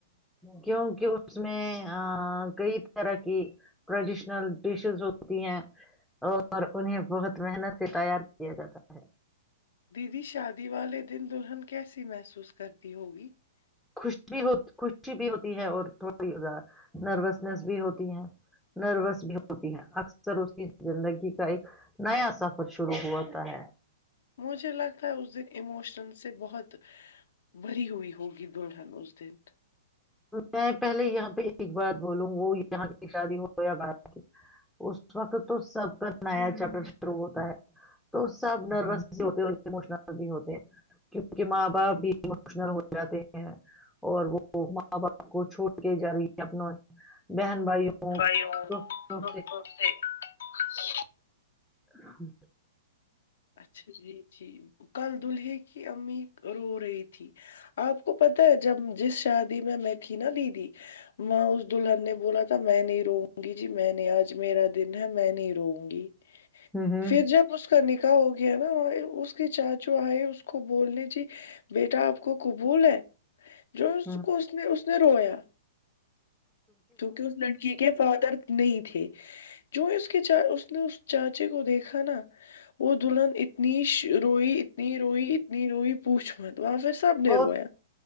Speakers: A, in the centre; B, on the left.
A: کیونکہ اس میں کئی طرح کی ٹریڈیشنل ڈشز ہوتی ہیں اور انہیں بہت محنت سے تیار کیا جاتا ہے
B: دی شادی دیوالی دن دلہن کیسی محسوس گرد ہوگی <unintelligible>
A: خوش بھی ہو خوشی بھی ہوتی ہے اور تھوڑی نروسنیس بھی ہوتی ہے نروس بھی ہوتی ہے اکثر اس کی زندگی کا ایک نیا سفر شروع ہوتا ہے
B: مجھے لگتا ہے اس دن ایموشن سے بہت مری ہوئی ہوگی دلہن اس دن
A: میں پہلے یہاں پہ ایک بات بولوں وہ یہاں کی شادی ہو یا ب کی اس وقت تو سب کا نیا چیپٹر شروع ہوتا ہے تو سب نروس بھی ہوتے ہیں اورموشنل بھی ہوتے ہیں کیونکہ ماں باپ بھی اموشنل ہو جاتے ہیں اور وہ <unintelligible> ماں باپ کو چھوڑ کے جا رہی ہے اپنا بہن بھائیوں
B: بھائی اور
A: دوستوں
B: سکھ سکھ سے <unintelligible>
A: ہاں
B: اچھا جی جی کل دلہے کی امی رو رہی تھی آپ کو پتا ہے جب جس شادی میں میں تھی نا دیدی ماں اس دلہن نے بولا تھا میں نہیں رووں گی جی میں نہیں آج میرا دن ہے میں نہیں رووں گی <unintelligible>
A: ہوں ہوں
B: پھر جب اس کا نک ہو گیا نا اس کے چاچو آئے اس کو بولنی جی بیٹا آپ کو قبول ہے جوک
A: ہوں
B: اس نے اس <unintelligible> رویا کیونکہ اس لڑکی کے فادر نہیں تھے جو اس کے چ اس نے چاچے کو دیکھا نا وہ دلہن اتنی روئی ن روئینی روئی پوچھ مت وہاں پھر سب نے
A: اور
B: رویا